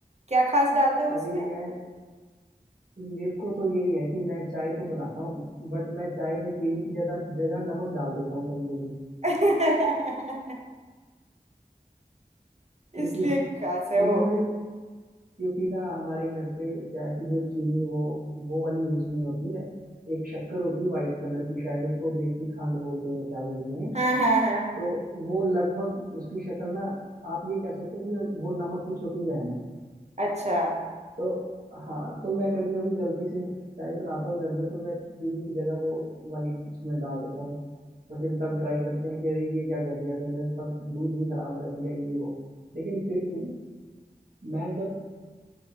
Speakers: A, on the right; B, on the right.
A: क्या खास डालते हो
B: अरे
A: उसमें
B: मैं मेरे को तो यही है कि मैं चाय तो बनाता हूँ बट मैं चाय में चीनी की ज्यादा जगह नमक डाल देता हूँ कभी कभी
A: <laughs>
B: क्योंकि
A: इसलिए
B: क्योंकि
A: खास है वो
B: मुझे क्योंकि ना हमारे घर पे क्या है कि जो चीनी वो वो वाली यूज नहीं होती है एक शक्कर होती है वाइट कलर की शायद उसको देसी खांड बोलते हैं क्या बोलते हैं
A: हाँ हाँ हाँ हाँ
B: तो वो लगभग उसकी शक्ल ना आप ये कह सकते हो कि वो नमक की छोटी बहन है
A: अच्छा
B: तो हाँ तो मैं कभी कभी गलती से चाय बनाता हूँ घर में तो मैं चीनी की जगह वो वाली उसमें डाल देता हूँ तो फिर सब ट्राई करते हैं कि अरे ये क्या कर दिया तूने सब दूध भी खराब कर दिया ये वो लेकिन फिर भी मैं जब